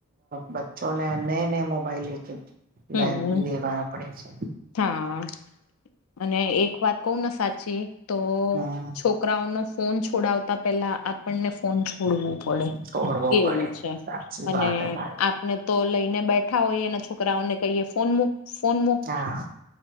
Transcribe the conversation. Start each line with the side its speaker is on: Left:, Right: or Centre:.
Right: બચ્ચોને નય નય મોબાઇલ લેખ
Left: હમ
Right: લ લેવાના પડે છે.
Left: હા અને એક વાત કવને સાચી તો
Right: હમ
Left: છોક છોકરાઓ નો ફોન છોડાવતા પેલા આપણને ફોન છોડવું પડે
Right: છોડવો
Left: એવું
Right: પડે
Left: છે
Right: સાચી
Left: અને
Right: વાત હે તારી
Left: ને તો લઈને બેઠા હોઈએ અને છોકરાઓને કહીએ ફોન મૂક ફોન મૂક.
Right: હા